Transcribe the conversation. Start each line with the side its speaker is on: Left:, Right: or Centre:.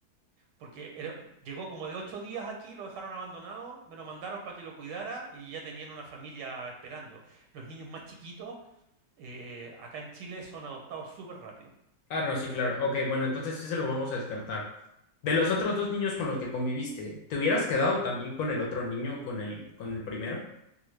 Right: Porque era- llegó como de ocho días aquí, lo dejaron abandonado, me lo mandaron para que lo cuidara y ya tenían una familia esperando. Los niños más chiquitos eh, acá en Chile son adoptados súper rápido.
Left: Ah, no, sí, claro. Ok, bueno, entonces ese lo vamos a descartar. De los otros dos niños con los que conviviste, ¿te hubieras quedado también con el otro niño, con el, con el primero?